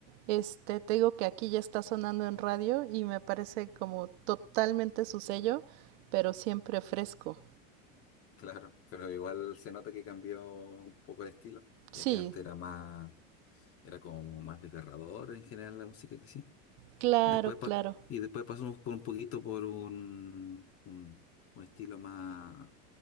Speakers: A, on the right (about 60°); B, on the left (about 35°).
A: este, te digo que aquí ya está sonando en radio y me parece como totalmente su sello, pero siempre fresco.
B: Claro, pero igual se nota que cambió un poco el estilo,
A: Sí,
B: ya que antes era más, era como más desgarrador en general la música que sí.
A: claro,
B: Después pa-
A: claro.
B: y después pasamos por un poquito por un, un, un estilo más,